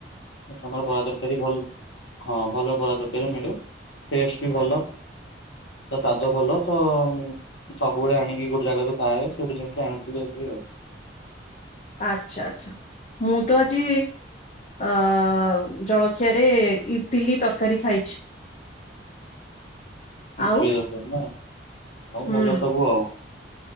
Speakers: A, on the left; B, on the left.
A: ତମର ବରା ତରକାରୀ ଭଲ? ହଁ ଭଲ ବରା ତର କାରୀ ମିଳେ। ଟେଷ୍ଟ ବି ଭଲ। ସ୍ଵାଦ ଭଲ ତ ସବୁବେଳେ ଆଣିକି ଗୋଟେ ଜାଗାକୁ ଖାଏ ସେଠୁ ଯାଇଁକି ଆଣିଥିଲି ଆଜି ଆଉ।
B: ଆଚ୍ଛା ଆଚ୍ଛା। ମୁଁ ତ ଆଜି ଅ ଜଳଖିଆରେ ଇଟିଲି ତରକାରୀ ଖାଇଛି।
A: ଇଟିଲୀ
B: ଆଉ
A: ତରକାରୀ ନା ଆଉ
B: ହୁଁ
A: ଭଲ ସବୁ ଆଉ।